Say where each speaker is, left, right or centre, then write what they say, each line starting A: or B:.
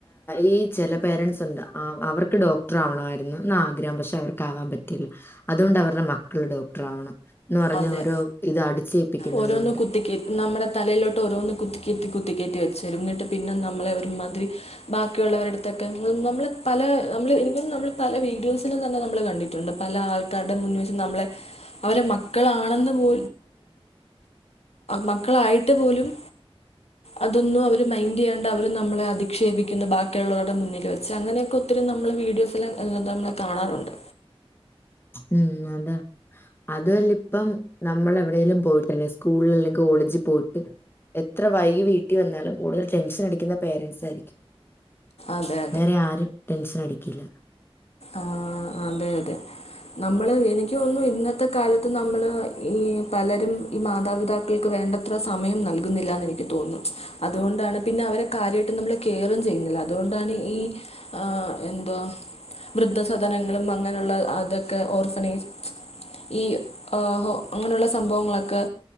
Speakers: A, on the left; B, on the left.
A: ഈ ചില പേരൻസ് ഉണ്ട് അവർക്ക് ഡോക്ടർ ആവണമായിരുന്നുന്ന് ആഗ്രഹം പക്ഷെ അവർക്ക് ആവാൻ പറ്റിയില്ല അതുകൊണ്ട് അവരുടെ മക്കൾ ഡോക്ടർ ആവണം എന്ന് പറഞ്
B: അതെ
A: ഓരോ ഇത് അടിച്ചേപ്പിക്കുന്നവരുണ്ട്
B: ഓരോന്ന് കുത്തിക്കേറ്റി നമ്മുടെ തലയിലോട്ട് ഓരോന്ന് കുത്തിക്കെത്തി കുത്തിക്കെറ്റി വെച്ചിരും ഇങ്ങട്ട് പിന്നെ നമ്മളെ ഒരു മാതിരി ബാക്കിയുള്ളവരുടുത്തൊക്കെ നമ്മള് പല നമ്മള് എനിക്കും നമ്മള് പല വീഡിയോസിലും തന്നെ നമ്മൾ കണ്ടിട്ടുണ്ട് പല ആൾക്കാരുടെ മുന്നിൽ വച്ച് നമ്മളെ അവരെ മക്ക.. മക്കളാണെന്ന് പോ മക്കളായിട്ട് പോലും അതൊന്നും അവർ മൈൻഡ് ചെയ്യാണ്ടഅവർ നമ്മളെ അധിക്ഷേപിക്കുന്നു ബാക്കിയുള്ളവരുടെ മുന്നിൽ വെച്ച് അങ്ങനെയൊക്കെ ഒത്തിരി നമ്മൾ വീഡിയോസില് എല്ലതും നമ്മൾ കാണാറുണ്ട്
A: ഉം അതാണ് അതല്ല ഇപ്പം നമ്മള എവിടൈലും പോയിട്ടല്ലെ സ്കൂളിൽ ഒക്കെ ഒളിച്ചു പോയിട്ട് എത്ര വൈകി വീട്ടിൽ വന്നാലും കൂടുതൽ ടെൻഷൻ അടിക്കുന്ന പേരൻസ് ആയിരിക്കും
B: അതെ
A: വേറെ ആരും ടെന്ഷൻ അടിക്കില്ല
B: ആ അതെ അതെ നമ്മള് എനിക്ക് തോന്നുന്നു ഇന്നത്തെ കാലത്ത് നമ്മള് ഈ പലരും ഈ മാതാപിതാക്കൾക്ക് വേണ്ടത്ര സമയം നൽകുന്നില്ലന്ന് എനിക്ക് തോന്നുന്നു അതുകൊണ്ടാണ് പിന്നെ അവരെ കാര്യയിട്ടും നമ്മള് കെയറും ചെയ്യുന്നില്ല അതുകൊണ്ടാണ് ഈ ആഎന്താ വൃദ്ധസദനങ്ങളും അങ്ങനെയുള്ള അതൊക്കെ ഓർഫനൈജ് ഈ ഓഹോ അങ്ങനെയുള്ള സംഭവങ്ങളൊക്കെ